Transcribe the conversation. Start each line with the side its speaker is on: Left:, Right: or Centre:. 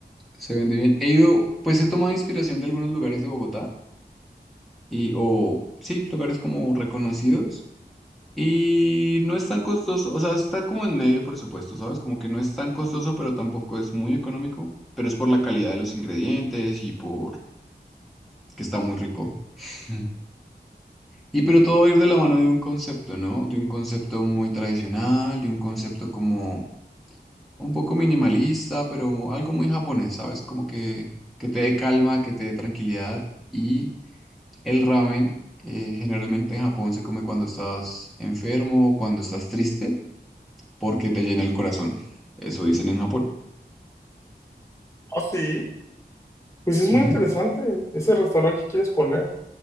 Centre: se vende bien. He ido, pues he tomado inspiración de algunos lugares de Bogotá y, o sí, lugares como reconocidos. Y no es tan costoso, o sea, está como en medio presupuesto, ¿sabes? Como que no es tan costoso, pero tampoco es muy económico, pero es por la calidad de los ingredientes y por que está muy rico. <laughs> Y pero todo va a ir de la mano de un concepto, ¿no? De un concepto muy tradicional, de un concepto como un poco minimalista, pero algo muy japonés, ¿sabes? Como que, que te dé calma, que te dé tranquilidad. Y el ramen eh, generalmente en Japón se come cuando estás enfermo o cuando estás triste. porque te llena el corazón. Eso dicen en Japón.
Left: Ah, sí. Pues es muy
Centre: Ujú.
Left: interesante ese restaurante que quieres poner